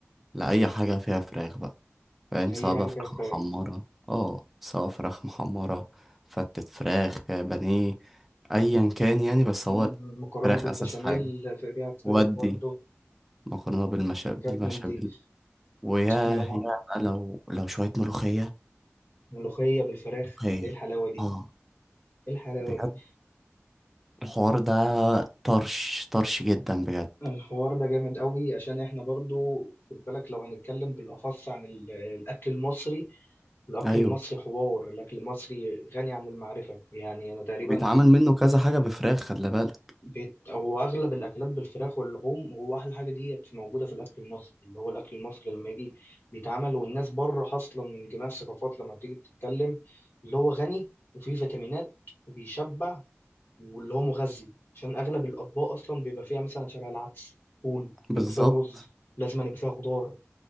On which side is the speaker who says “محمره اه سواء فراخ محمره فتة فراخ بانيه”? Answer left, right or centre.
Centre